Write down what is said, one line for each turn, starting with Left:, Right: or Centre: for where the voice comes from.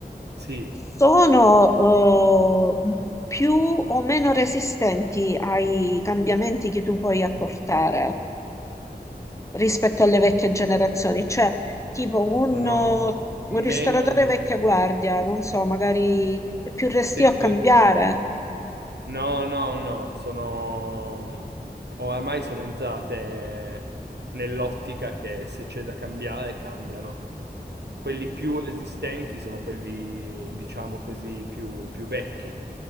Right: Sì,
Left: sono eh, più o meno resistenti ai cambiamenti che tu puoi apportare rispetto alle vecchie generazioni? Cioè, tipo un,
Right: Sono
Left: eh, un
Right: meno
Left: ristoratore
Right: resistenti.
Left: vecchia guardia, non so, magari è più restio
Right: Sì, sì.
Left: a cambiare.
Right: No, no, no, sono... mm, Oramai sono entrate nell'ottica che se c'è da cambiare, cambiano. Quelli più resistenti sono quelli, diciamo così, più, più vecchi.